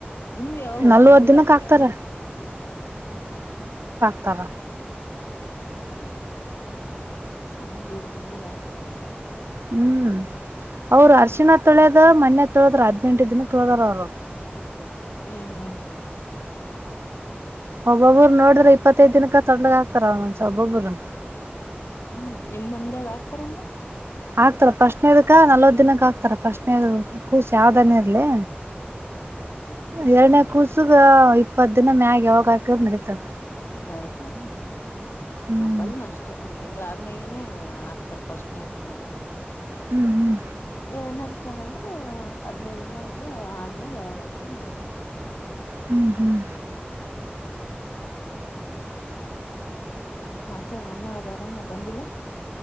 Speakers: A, on the left; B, on the right.
A: ನೀವ ಯಾವ ಒಂದ
B: ನಲ್ವತ್
A: ತಿಂಗಳಿಗೆ
B: ದಿನಕ್
A: ಹಾಕ್ತೀರಾನ
B: ಹಾಕ್ತಾರ
A: ಹ ಹಾ
B: ತ್ತರ
A: ಹ್ಮ್ ಹ್ಮ್ ಅಂದ್ರ ದೇಡ್ ತಿಂಗಗಳಗ್ ಆಗ್ತರ ನಂಗ ಆಯ್ತು
B: ಹ್ಮ್ ಅವರು
A: ಹ್ಮ್
B: ಅರ್ಶಿವಾದ್ ತೊಳ್ಯದು ಮೊನ್ನೆ ತೊಳದ್ರ ಹದಿನೆಂಟು ದಿನ ತೊಳದ್ರ ಅವ್ರು
A: ಹ್ಮ್ ಹ್ಮ್
B: ಒಬ್ಬೊಬ್ಬರು ನೋಡ್ರಿದ್ರೆ ಇಪ್ಪತ್ತೈದ್ ದಿನಕ್ಕೆ ತೊಡ್ಲಗ್ ಆಗ್ತಾರ ಒಂಸ್ ಒಬ್ಬೊಬ್ಬರು
A: ಹ್ಮ್ ನಿಮ್ಮ ಮಂದಾಗ ಆಕ್ತಾರಂಗ
B: ಆಗ್ತಾರೆ ಪಶಟ್ನದಕ್ಕ ನಲ್ವತ್ ದಿನಕ್ಕೆ ಆಗ್ತಾರೆ ಪಶ್ನ ಕೂಸ ಯಾವ್ದಾನೇ ಇರ್ಲಿ
A: ಹ್ಮ ಹ್ಮ್
B: ಎರಡನೇ ಕೂಸುಗೆ ಇಪ್ಪತ್ತು ದಿನ ಮ್ಯಾಗೆ ಒೋಗ ಹಾಕಿದ ನಡೀತದ
A: ನಡತಾನ
B: ಹ್ಮ್
A: ನಂಬಲ್ ಅಷ್ಟೆ ಒಂದ್ ತಿಂಗ್ಳ ಆದ್ಮ್ಯಗೇನೆ ಹ ಆಗ್ತಾರ ಪಶ್ಣ್ ಅದಕ
B: ಹ್ಮ್ ಹ್ಮ್
A: ಎರಡ್ನದ್ಕ ಏನಂದ್ರು ಹದಿನೈದು ಆದ್ಮ್ಯಾಗ ಯಾವಾಗ ಹಾಕ್ಯ್ರ ನಡತವ
B: ಹ್ಮ್ ಹ್ಮ್
A: ಮತ್ತ್ಯಾಹ್ನ ಅಣ್ಣ ಅದು ಅರಾಮ ಬಂದಿಲ್ಲ